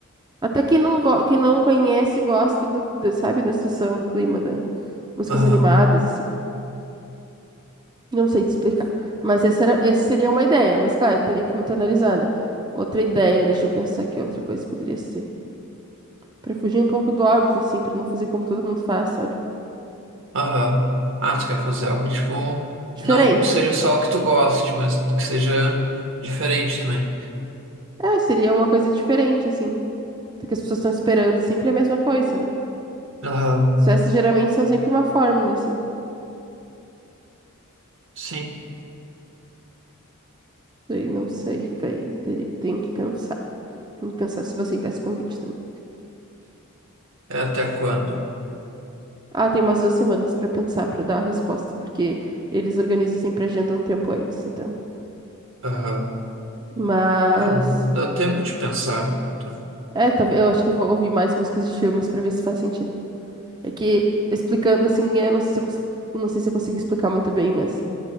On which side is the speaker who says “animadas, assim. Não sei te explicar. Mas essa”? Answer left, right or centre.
Right